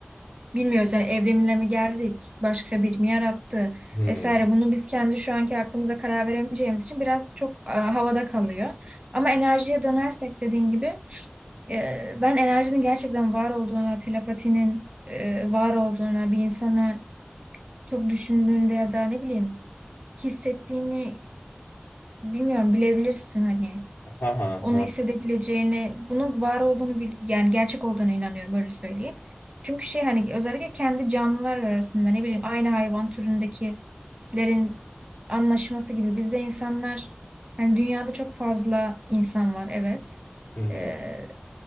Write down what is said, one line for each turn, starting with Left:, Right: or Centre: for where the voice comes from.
Right: bilmiyoruz yani evrimle mi geldik, başka bir mi yarattı
Left: Hmm.
Right: vesaire. Bunu biz kendi şu anki aklımıza karar veremeyeceğimiz için biraz çok e, havada kalıyor. Ama enerjiye dönersek dediğin gibi e, ben enerjinin gerçekten var olduğuna, telepatinin e, var olduğuna, bir insana çok düşündüğünde ya da ne bileyim hissettiğini bilmiyorum bilebilirsin hani.
Left: Ha ha
Right: Onu
Left: ha.
Right: hissedebileceğini, bunun var olduğunu bil- yani gerçek olduğuna inanıyorum böyle söyleyeyim. Çünkü şey hani özellikle kendi canlılar arasında ne bileyim aynı hayvan türündekilerin anlaşması gibi bizde insanlar hani dünyada çok fazla insan var evet.
Left: Hı hı.
Right: Ee,